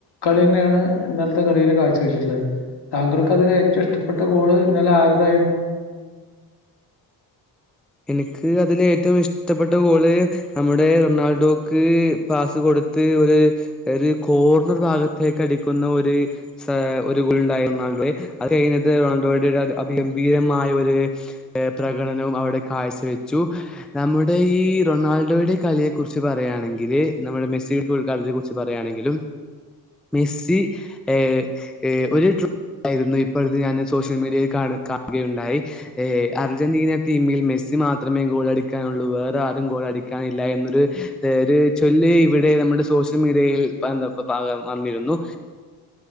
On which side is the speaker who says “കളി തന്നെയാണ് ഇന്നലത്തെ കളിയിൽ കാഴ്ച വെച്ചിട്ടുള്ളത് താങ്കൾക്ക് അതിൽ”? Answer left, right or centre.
Left